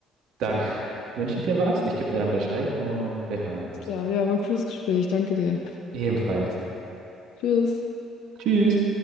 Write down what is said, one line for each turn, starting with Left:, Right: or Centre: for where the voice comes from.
Right: Dann <laughs> wünsche ich dir was. Ich gebe dir dann Bescheid und wir hören uns.
Left: Klar, ja, war ein cooles Gespräch. Danke dir.
Right: ebenfalls
Left: Tschüss.
Right: tschüss